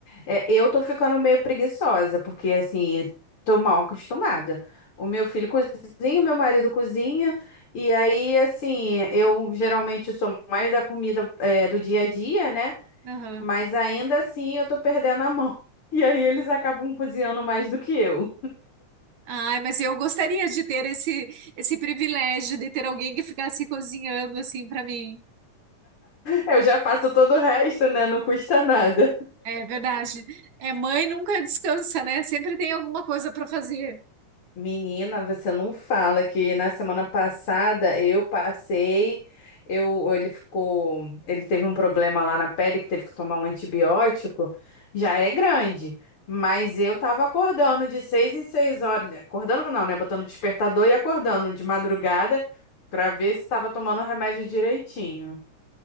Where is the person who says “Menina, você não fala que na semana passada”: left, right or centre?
Left